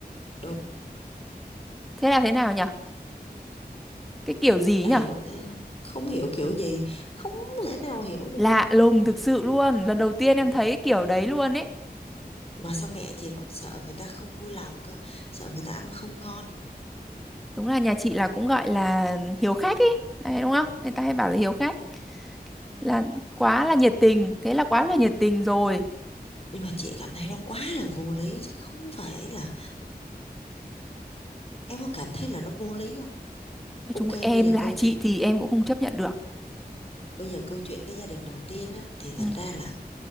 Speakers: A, on the left; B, in the centre.
A: Đúng.
B: thế là thế nào nhỉ cái kiểu gì
A: Chả
B: nhở
A: hiểu thế. Không hiểu kiểu gì. Không thể nào hiểu được.
B: lạ lùng thực sự luôn lần đầu tiên em
A: Ừ.
B: thấy cái kiểu đấy luôn ấy
A: Mà sao mẹ chị còn sợ người ta không vui lòng cơ. Sợ người ta ăn không ngon.
B: đúng là nhà chị là cũng gọi là hiếu khách ấy đấy đúng không người ta hay bảo là hiếu khách là quá là nhiệt tình thế là quá là nhiệt tình rồi
A: Nhưng mà chị cảm thấy nó quá là vô lý. Chứ không phải là... Em có cảm thấy là nó vô lý không?
B: nói
A: Ok,
B: chung em
A: bây giờ
B: là
A: câu
B: chị
A: chuyện.
B: thì em cũng không chấp nhận được
A: Bây giờ câu chuyện cái gia đình đầu tiên á. Thì
B: ừ,
A: thật ra là